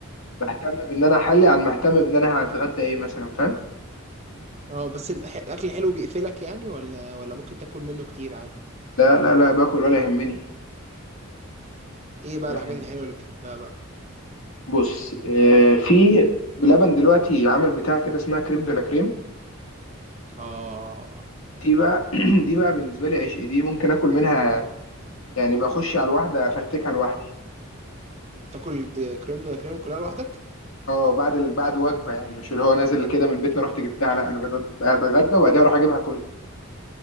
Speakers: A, on the left; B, on the right.
A: بهتم بان انا احلي عن مهتم بان انا هتغدى ايه مثلا فاهم
B: اه بس الح- الاكل الحلو بيقفلك يعني ولا ولا ممكن تاكل منه كتير عادي
A: لا لا لا باكل ولا يهمني
B: ايه بقى
A: يعني
B: الحاجات الحلوه اللي بتحبها بقى
A: بص آه، في بلبن دلوقتي عامل بتاع كده اسمها كريم دولا كريم
B: اه
A: دي بقى <clears throat> دي بقى بالنسبه لي عشق دي ممكن اكل منها يعني بخش على الواحده افرتكها لوحدي
B: تاكل د- كريم دولا كريم كلها لوحدك
A: اه بعد ال- بعد وجبه يعني مش اللي هو نازل كده من بيتنا
B: أنا
A: رحت جبتها لا انا بت- بتغدى وبعدها اروح اجيبها كلها